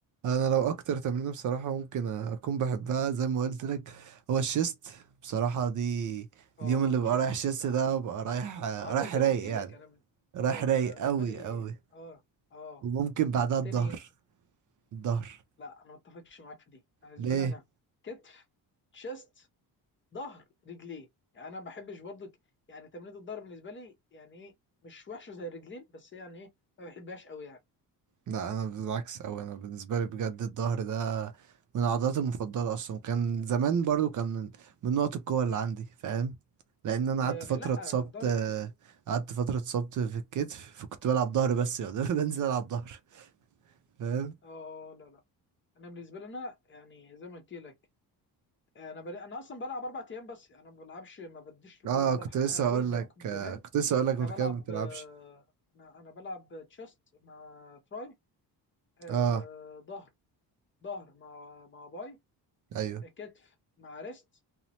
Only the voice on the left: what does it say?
اه
تشيستن
وبتاع
اه انا زي
ما قلت لك
انا بن...
اه
انا بالنسبه
لي
اه اه
وتاني
لا انا ما اتفقش معاك في دي انا بالنسبه
لي انا كتف تشيست ظهر رجلين يعني انا ما بحبش برضك يعني تمرينة الظهر بالنسبه لي يعني ايه مش وحشه زي الرجلين بس يعني ايه ما بحبهاش قوي يعني
آه
لا
الظهر
جميل
اه لا لا انا بالنسبه لي انا يعني زي ما قلت لك انا بل... انا اصلا بلعب اربع ايام بس يعني انا ما بلعبش ما بديش لكل
عضله
حقها
قوي
زي
ما كنت
زمان
انا
بلعب
آه، انا انا بلعب تشيست مع تراي آه،
ظهر ظهر مع مع باي
آه، كتف مع ريست